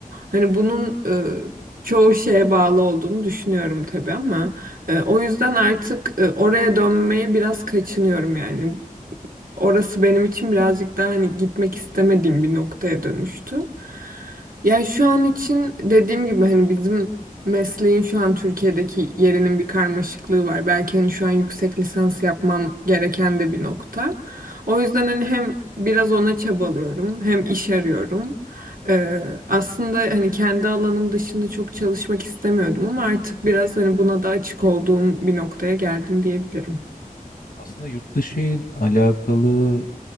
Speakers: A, on the right; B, on the left.
A: Hani bunun e, çoğu şeye bağlı olduğunu düşünüyorum tabii ama. E, o yüzden artık e, oraya dönmeye biraz kaçınıyorum yani orası benim için birazcık daha hani gitmek istemediğim bir noktaya dönüştü. Yani şu an için dediğim gibi hani bizim mesleğin şu an Türkiye'deki yerinin bir karmaşıklığı var. Belki hani şu an yüksek lisans yapmam gereken de bir nokta. O yüzden hani hem biraz ona çabalıyorum hem iş arıyorum. Ee, aslında hani kendi alanım dışında çok çalışmak istemiyordum ama artık biraz hani buna da açık olduğum bir noktaya geldim diyebilirim.
B: Aslında yurt dışı ile alakalı